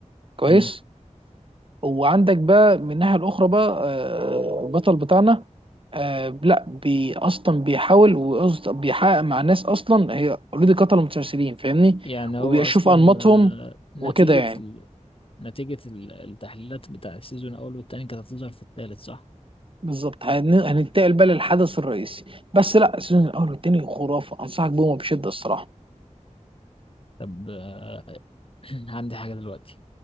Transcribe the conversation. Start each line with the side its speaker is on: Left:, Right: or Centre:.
Right: كويس
Left: مم.
Right: وعندك بقى من الناحيه الاخرى بقى آه، البطل بتاعنا آه لا بي اصلا بيحاول وقصد- بيحقق مع ناس اصلا هي اوريدي قتلوا متسلسلين فاهمني
Left: يعني
Right: وبيشوف
Left: هو اصلا
Right: انماطهم
Left: آه، نتيجة
Right: وكده يعني
Left: ال... نتيجة ال- التحليلات بتاع السيزون الاول والتاني كانت هتظهر في التالت صح؟
Right: بالظبط هن- هننتقل بقى للحدث الرئيسي بس لا السيزون الاول والتاني خرافه انصحك بيهم بشده الصراحه
Left: طب آه، <clears throat> عندي حاجة دلوقتي